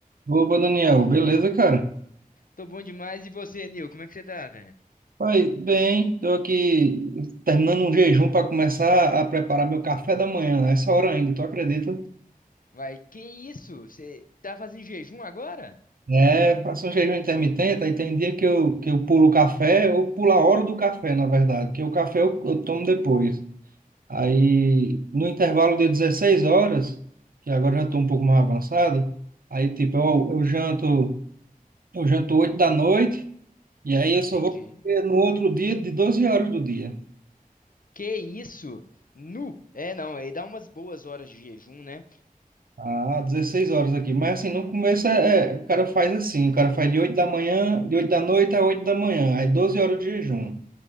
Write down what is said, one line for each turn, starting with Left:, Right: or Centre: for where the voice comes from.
Right: Opa, Daniel, beleza, cara?
Left: Tô bom demais. E você, Nil? Como é que você tá, velho?
Right: Vai bem, tô aqui terminando um jejum para começar a preparar meu café da manhã, a essa hora ainda, tu acredita?
Left: Vai, que isso? Você tá fazendo jejum agora?
Right: É, faço um jejum intermitente, aí tem dia que eu, que eu pulo o café, ou pulo a hora do café, na verdade, que o café eu, eu tomo depois. Aí, no intervalo de 16 horas, que agora já estou um pouco mais avançado, aí, tipo, eu, eu janto, eu janto 8 da noite, e aí eu só
Left: Entendi.
Right: vou comer no outro dia de 12 horas do dia.
Left: Que isso? Nu? É, não, aí dá umas boas horas de jejum, né?
Right: Ah, 16 horas aqui. Mas assim, no começo é, é- o cara faz assim, o cara faz de 8 da manhã, de 8 da noite a 8 da manhã, aí 12 horas de jejum.